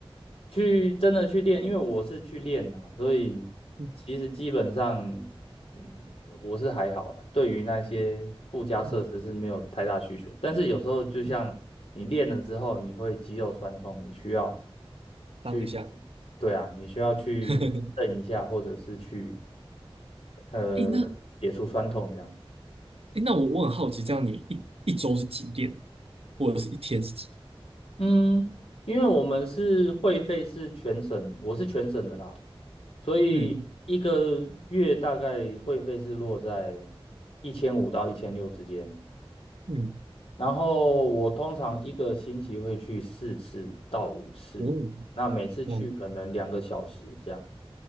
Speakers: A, on the left; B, on the right.
A: 去真的去练，因为我是去练啦，所以其实基本上，
B: 嗯
A: 嗯，我是还好啦，对于那些附加设施是没有太大需求。
B: 嗯
A: 但是有时候就像你练了之后，
B: 嗯。
A: 你会肌肉酸痛，你需要去，
B: 当一下。
A: 对啊，你需要去蹬一下，
B: <laughs>
A: 或者是去呃解除酸痛这样。
B: 诶，那诶，那我我很好奇，这样你一一周是几点，或者是一天是几？
A: 嗯，因为我们是会费是全省，我是全省的啦，所以一个月大概会费是落在
B: 嗯
A: 一千五到一千六之间。
B: 嗯，
A: 然后我通常一个星期会去四次到五次，
B: 哦
A: 那每次去可能两个小时这样。
B: 哦